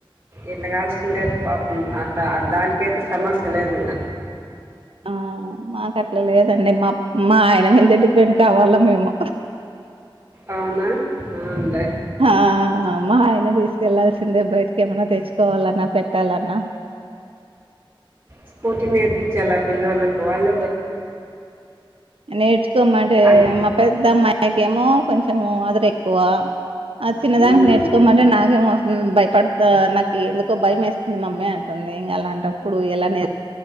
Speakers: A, on the right (about 25°); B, on the right (about 85°).
A: ఎట్లా కాల్సిందే పాపం దానికైతే సమస్య లేదుంద
B: ఆ మాకు అట్లా లేదండి మా మా ఆయన మీద పెని కావాలా మేము
A: అవునా అవునులే
B: ఆ మా ఆయనే తీసుకెళ్లాల్సిందే బయట ఏమన్నా తెచ్చుకోవాలన్నా పెట్టాలన్నా
A: స్కూటీ నేర్పించాలా పిల్లలకు వాళ్ళ
B: నేర్చుకోమంటే
A: అని
B: మా పెద్ద అమ్మాయికేమో కొంచెం అదరు ఎక్కువ చిన్నదానికి
A: ఉమ్,
B: నేర్చుకోమంటే నాకేమోస్త భయపడుతు నాకు ఎందుకో భయం వేస్తుంది మమ్మీ అంటుంది ఇంకా అలాంటప్పుడు ఎలా నేర్